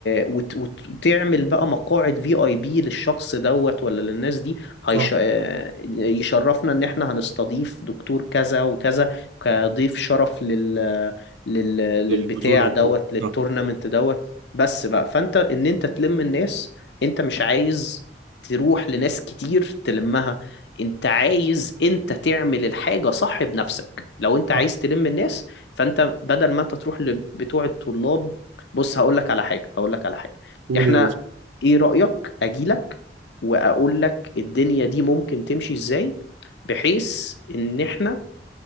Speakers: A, on the left; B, on the right.
A: وت... وت... وتعمل بقى مقاعد في اي بي للشخص دوت ولا للناس دي هيش...
B: صح
A: آه، يشرفنا ان احنا هنستضيف دكتور كذا وكذا كضيف شرف لل... لل...
B: للبطوله
A: للبتاع
B: وكده
A: دوت للتورنمنت
B: صح
A: دوت بس بقى فانت ان انت تلم الناس انت مش عايز تروح لناس كتير تلمها انت عايز انت تعمل الحاجة صح بنفسك لو انت عايز
B: صح
A: تلم الناس فانت بدل ما انت تروح لبتوع الطلاب بص هقول لك على حاجة هقول لك على حاجة
B: قول
A: احنا
B: يا باشا
A: ايه رأيك اجيلك واقول لك الدنيا دي ممكن تمشي ازاي بحيث ان احنا